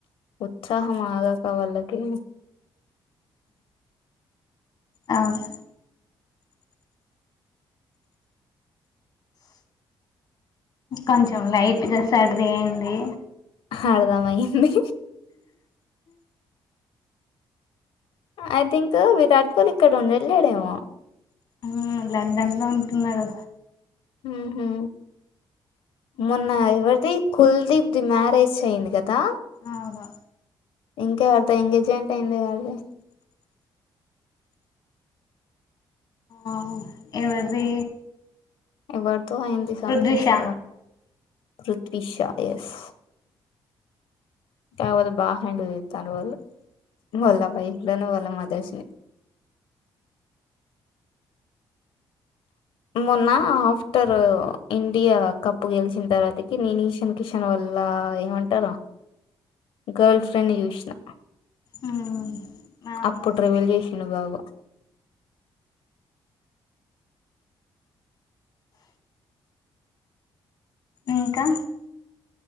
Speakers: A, on the left; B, on the left.
A: ఉత్సాహం ఆగక వాళ్ళకి
B: అవును కొంచెం లైట్ గా సైడు దీయండి
A: హడ్దమయ్యింది ఐ థింక్ విరాట్ కోహ్లీ ఇక్కడ ఉండల్లేడేమో
B: ఉమ్ లండన్ లో ఉంటున్నాడు
A: మ్మ్ హు మొన్న ఎవరిది కుల్దిీ ఇది మ్యారేజ్ అయింది కదా
B: అవును
A: ఇంకా ఎవరితో ఎంగేజ్మెంట్ అయింది వాళ్ ది
B: ఆ ఎవరిది
A: ఎవర్ తో అయింది సంథింగ్
B: పృథ్విష
A: సం వన్ రృద్విషా ఎస్ కావోతే బా హ్యాండిల్ చేత్తండు వాళ్ వోల్ల భయి ఇ లోనే వోల్ మ ద్ ధష్ని మొన్న ఆఫ్టర్ ఇండియా కప్ గెలిచిన తర్వాతకి, నేన్ ఈషాన్ కిషన్ వల్ల ఏమంటరు గర్ల్ ఫ్రెండ్ చూసినా,
B: ఉమ్ అవునవును
A: అప్పుడు రీవిల్ చేసిండు బాబా
B: ఇంకా